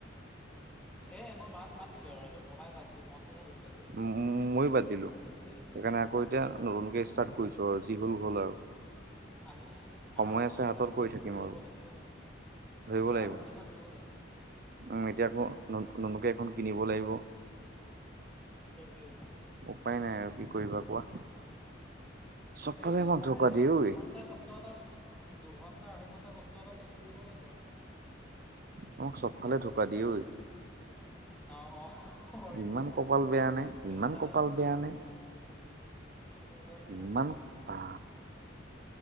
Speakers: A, in the centre; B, on the right (about 50°).
A: সেয়ে মই বাদ বাদ দিলো আৰু সেইটো ভবাই বাদ দিলো মনটোহে দুখ লাগে অ'
B: ম-ময়ো বাদ দিলো
A: ধেই
B: সেইকাৰণে আকৌ এতিয়া নতুনকে ষ্টাৰ্ট কৰিছো আৰু যি হ'ল হ'ল আৰু।
A: আমি
B: সময়
A: আৰম্ভণিৰ
B: আছে হাতত
A: পৰা আকৌ
B: কৰি থাকিম
A: ধৰিব
B: আৰু
A: লাগিব।
B: ধৰিব
A: আৰম্ভণিৰ
B: লাগিব
A: পা ধৰিব লাগিব।
B: উম, এতিয়া আকৌ ন নুতুনকে এখন কিনিব লাগিব।
A: নতুন গাড়ী ল'বা
B: উপায় নাই আৰু কি কৰিবা কোৱা চবফালে
A: সেই
B: আমাক
A: মানে
B: ঢকা দিয়ে ঐ
A: দুঘন্টা কষ্ট এটাত দুঘণ্টা আঢ়ৈ ঘণ্টা কষ্ট এটা বেছি কৰিব লাগিব আৰু
B: মোক চবফালে ধোকা দিয়ে ঐ
A: না অ অ হয়
B: ইমান
A: দিয়া
B: কপাল বেয়া নে
A: সেইফালেও
B: ইমান কপাল
A: দিছে
B: বেয়া নে
A: উম উম নেজানো আৰু
B: ইমান
A: দেই
B: বা